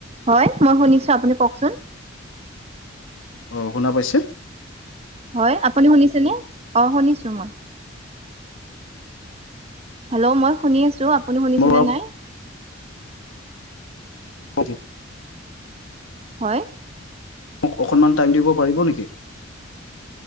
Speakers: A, on the right; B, on the left.
A: হয়, মই শুনিছোঁ। আপুনি কওঁকচোন
B: অহ' শুনা পাইছে।
A: হয় আপুনি শুনিছেনে অ শুনিছো মই। হেল্ল' মই শুনি আছো আপুনি শুনিছেনে
B: মোৰ
A: নাই।
B: অ' জি
A: হয়।
B: মোক অকনমান টাইম দিব পাৰিব নেকি?